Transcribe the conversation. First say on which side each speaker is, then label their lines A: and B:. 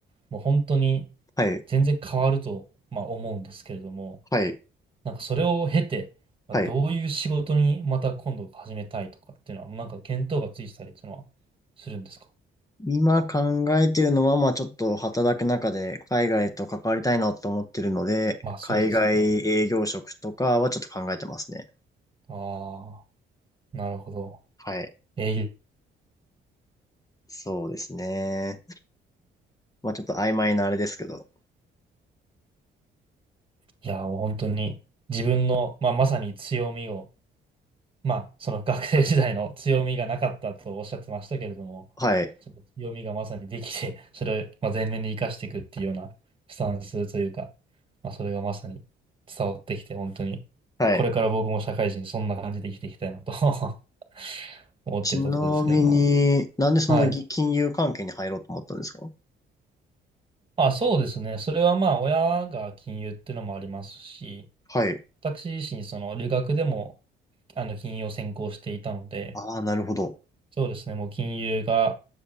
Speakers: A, on the right; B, on the left.
A: もう本当に
B: はい。
A: 全然変わると、まあ、思うんですけれども、
B: はい。
A: なんかそれを経て、まあ、
B: はい。
A: どういう仕事にまた今度始めたいとかっていうのは、もうなんか見当がついてたりっていうのはするんですか
B: 今考えてるのは、まあちょっと働く中で海外と関わりたいなと思ってるので、
A: まあそうですよね。
B: 海外営業職とかはちょっと考えてますね。
A: ああ、なるほど。
B: はい。
A: えー
B: そうですね。まあちょっと曖昧なあれですけど。
A: いや、もう本当に自分の、まあ、まさに強みを、まあ、その学生時代の強みがなかったとおっしゃってましたけれども、
B: はい。
A: ちょっと強みがまさにできて、それを、まあ、前面に生かしていくっていうようなスタンスというか、まあ、それがまさに伝わってきて、本当に、
B: はい。
A: これから僕も社会人、そんな感じで生きていきたいなと <laughs> 思ってるところですけども。
B: ちなみに、なんでそのぎ金融関係に入ろうと思ったんですか
A: はい。あ、そうですね。それはまあ、親が金融っていうのもありますし、
B: はい。
A: 私自身、その留学でも、あの、金融を専攻していたので、
B: ああ、なるほど。
A: そうですね、もう金融が、